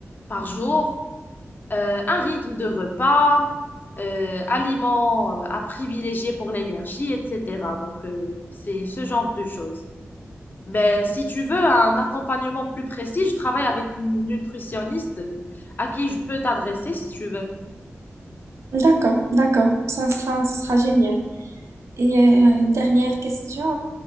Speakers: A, on the left; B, on the right.
A: par jour. Euh, un rythme de repas, euh, aliments euh, à privilégier pour l'énergie, etc. Donc, euh, c'est ce genre de choses. Ben, si tu veux un accompagnement plus précis, je travaille avec une nutritionniste à qui je peux t'adresser si tu veux.
B: D'accord, d'accord, ça sera, ça sera génial. Et euh, dernière question,